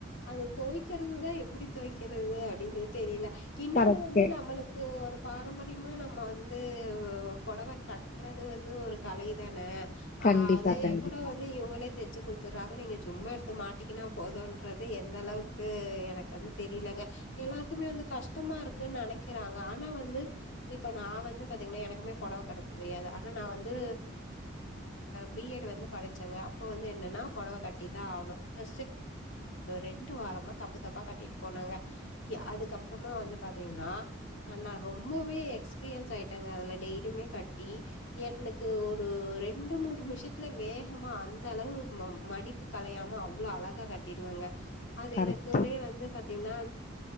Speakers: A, on the left; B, on the left.
A: அதை துவைக்கிறது தான் எப்படி துவைக்கிறது அப்படின்னு தெரியல இன்னொன்னு
B: கரெக்ட்
A: வந்து நம்மளுக்கு ஒரு பாரம்பரியமா நம்ம வந்து புடவை கட்டுறது வந்து ஒரு கலை தானே
B: கண்டிப்பா
A: அதையே
B: கண்டிப்பா
A: கூட வந்து இவங்களே தெச்சு குடுத்தறாங்க நீங்க சும்மா எடுத்து மாட்டிகன்னா போதும் என்றது எந்த அளவுக்கு எனக்கு வந்து தெரியலங்க எல்லாருக்குமே வந்து கஷ்டமா இருக்கு எனக்கு நினைக்கிறாங்க ஆனா வந்து இப்ப நான் வந்து பாத்தீங்கன்னா எனக்குமே புடவை கட்ட தெரியாது ஆனா நான் வந்து பிஎட் வந்து படிச்சேங்க அப்ப வந்து என்ன ஏனா புடவை கட்டி தான் ஆகணும் அ ரெண்டு மோத வாரமா தப்பு தப்பா கட்டிட்டு போனாங்க அதுக்க அப்புறமா வந்து பாத்தீங்கன்னா நான் ரொம்பவே எக்ஸ்பீரியன்ஸ் ஆயிட்டேங்க அல்ரெடி சேலை கட்டி எனக்கு ஒரு ஒரு ரெண்டு மூணு நிமிஷத்துல வேகமா அந்த அளவு ம மடிப்பு கலையாம அவ அவ்வளவு அழகா கட்டிடுவேங்க அது
B: கரெக்ட்
A: எனக்குமே வந்து பாத்தீங்கன்னா